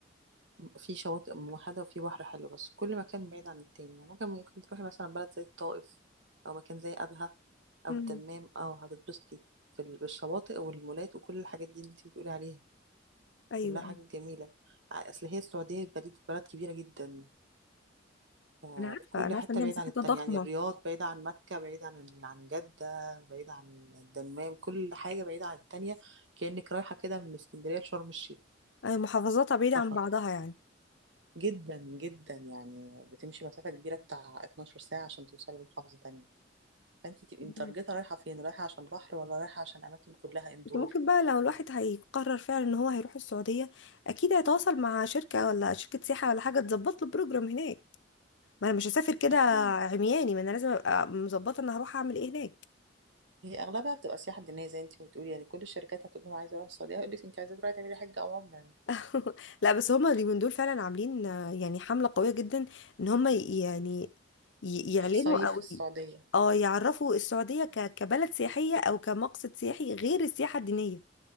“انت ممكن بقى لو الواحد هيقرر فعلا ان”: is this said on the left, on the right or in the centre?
Left